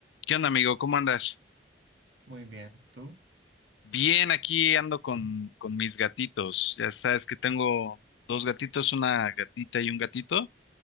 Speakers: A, on the left; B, on the right.
A: ¿Qué onda, amigo? ¿Cómo andas?
B: Muy bien, ¿tú?
A: Bien, aquí ando con, con mis gatitos. Ya sabes que tengo dos gatitos, una gatita y un gatito,